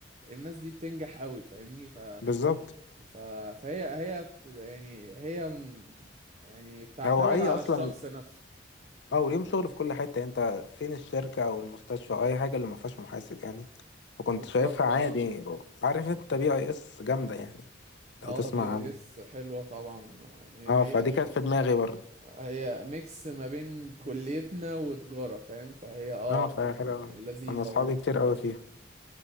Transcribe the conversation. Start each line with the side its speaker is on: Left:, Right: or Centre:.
Right: الناس دي بتنجح قوي فاهمني ف...
Left: بالظبط
Right: ف... فهي هي بت- يعني هي م- يعني بتعتمد
Left: هو أي
Right: على
Left: أصلا
Right: الشخص نفسه
Left: اه وليهم شغل في كل حتة انت فين الشركة او المستشفى او اي حاجة اللي ما فيهاش محاسب يعني فكنت
Right: بالظبط
Left: شايفها عادي
Right: اه
Left: عارف انت بي اي اس جامدة يعني لو
Right: اه
Left: تسمع
Right: بي اي
Left: عنها
Right: اس حلوة طبعا يعني
Left: اه
Right: هي
Left: فدي كانت في دماغي برضه
Right: هي ميكس ما بين كليتنا وتجارة فاهم فهي اه
Left: اه فهي
Right: م-
Left: حلوة اوي
Right: لذيذة
Left: انا اصحابي
Right: برضه
Left: كتير قوي فيها